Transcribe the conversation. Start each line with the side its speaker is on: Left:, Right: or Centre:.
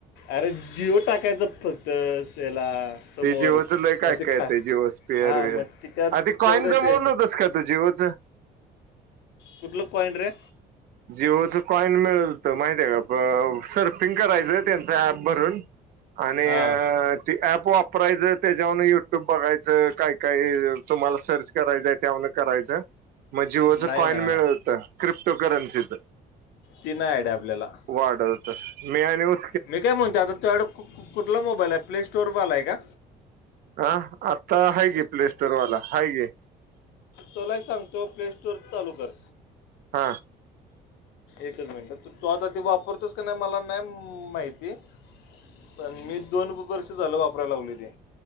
Left: अरे जिओ टाकायचां फक्त स याला, समोर
Right: ते जिओचं लय
Left: मग
Right: काय
Left: ते
Right: काय
Left: ख
Right: जिओ स्पेअर
Left: हा मग ते त्यात
Right: आ
Left: क
Right: कॉईन
Left: कोरड
Right: जमवलं
Left: येतय.
Right: होतंस का तू जिओचं
Left: कुठल कॉइन र,
Right: जिओच कॉइन मिळलत माहिती हाय का सर्पिंग करायचंय त्यांचं ऍप भरून आणि
Left: हां
Right: अ ती अँप वाप वापरायचं त्याच्यावरन युट्यूब बघायचं काय काय तुम्हाला सर्च करायचंय त्यावरन करायचं. मग जिओच
Left: नाही
Right: कॉइन
Left: ना
Right: मिळत होत क्रिप्टो करन्सीच.
Left: ती नाही आयडीया आपल्याला,
Right: वाढवत हुत मी आणि ऊत
Left: मी काय म्हणतो आता तड कुठला मोबाईल आहे प्ले स्टोरवरलाय का.
Right: हा आता हाय् कि प्ले स्टोरवाला हाय कि.
Left: तुलाही एक सांगतो प्ले स्टोअर चालू कर.
Right: हा
Left: एकच मिनट तू आता ते वापरतोस का नाही मला नाही म माहिती पण मी दोन वर्ष झालं वापरायला लगलोय ते.